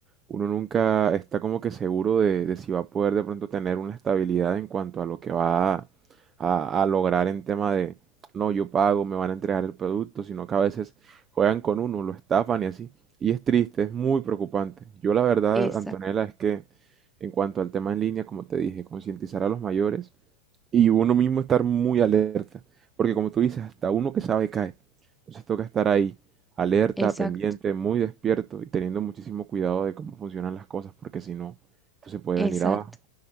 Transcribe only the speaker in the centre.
Exacto,
exacto,
exacto.